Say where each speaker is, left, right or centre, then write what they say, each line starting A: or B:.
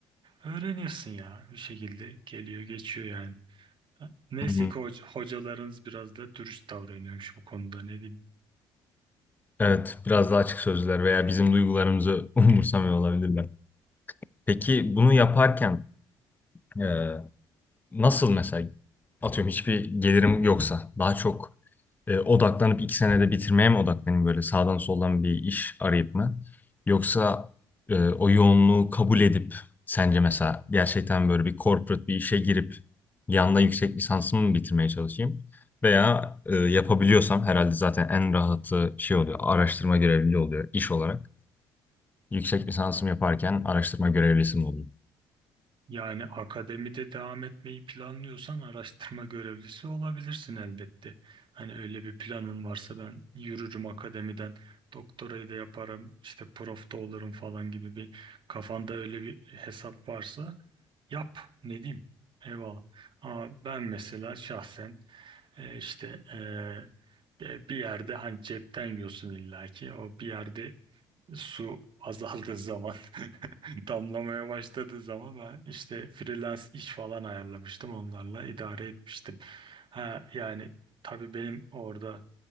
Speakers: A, on the right; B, on the left.
A: öğreniyorsun ya bir şekilde geliyor geçiyor yani. Neyse
B: Hı hı.
A: ki hoca- hocalarınız biraz da dürüst davranıyormuş bu konuda ne diyeyim.
B: Evet biraz daha açık sözler veya bizim duygularımızı umursamıyor olabilirler. Peki bunu yaparken e, Nasıl mesela atıyorum hiçbir gelirim yoksa daha çok e, odaklanıp iki senede bitirmeye mi odaklanayım böyle sağdan soldan bir iş arayıp mı? Yoksa e, o yoğunluğu kabul edip sence mesela gerçekten böyle bir corporate bir işe girip yanında yüksek lisansımı mı bitirmeye çalışayım? Veya e, yapabiliyorsam herhalde zaten en rahatı şey oluyor araştırma görevliliği oluyor iş olarak. Yüksek lisansımı yaparken araştırma görevlisi mi olayım?
A: Yani akademide devam etmeyi planlıyorsan araştırma görevlisi olabilirsin elbette. Hani öyle bir planın varsa ben yürürüm akademiden, doktorayı da yaparım, işte prof da olurum falan gibi bir kafanda öyle bir hesap varsa yap. Ne diyeyim? Eyvallah. Ama ben mesela şahsen e, işte e, e, bir yerde hani cepten yiyorsun illaki. O bir yerde su azaldığı zaman <laughs> damlamaya başladığı zaman ben işte freelance iş falan ayarlamıştım onlarla idare etmiştim. Ha yani tabii benim orada